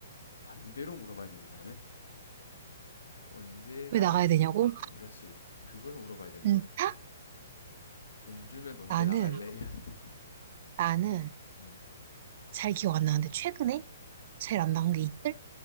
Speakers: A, on the left (about 75°); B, on the right (about 45°).
A: 반대로 물어봐야 되네 나는. 언제 나갈?
B: 왜 나가야 되냐고?
A: 그렇지. 그걸 물어봐야 되는데
B: 응, 타?
A: 돈 주면 언제
B: 나는,
A: 나갈래? 이런. <laughs>
B: 나는
A: 음.
B: 잘 기억 안 나는데 최근에 제일 안 나간 게 이틀?